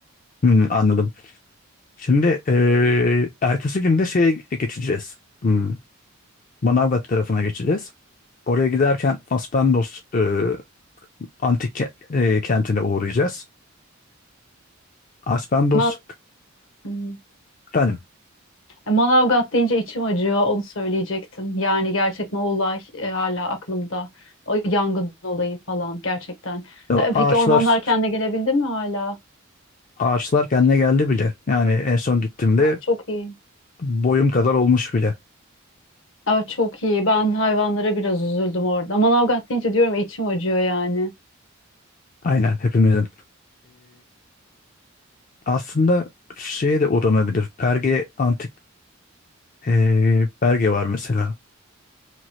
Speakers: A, on the left; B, on the left.
A: Hmm, anladım. Şimdi eee ertesi gün de şeye geçeceğiz. Hmm, Manavgat tarafına geçeceğiz. Oraya giderken Aspendos eee, antik ke- eee, kentine uğrayacağız. Aspendos
B: Man Hmm.
A: efendim
B: Manavgat deyince içim acıyor. Onu söyleyecektim. Yani gerçekten o olay e, hala aklımda. O yangın olayı falan gerçekten.
A: o
B: E,
A: ağaçlar
B: peki ormanlar kendine gelebildin mi hala?
A: ağaçlar kendine geldi bile. Yani en son gittiğimde
B: Çok iyi.
A: boyum kadar olmuş bile.
B: Aa, çok iyi. Ben hayvanlara biraz üzüldüm orada. Manavgat deyince diyorum içim acıyor yani.
A: Aynen hepimizin. Aslında şeye de uğranabilir. Perge antik eee Perge var mesela.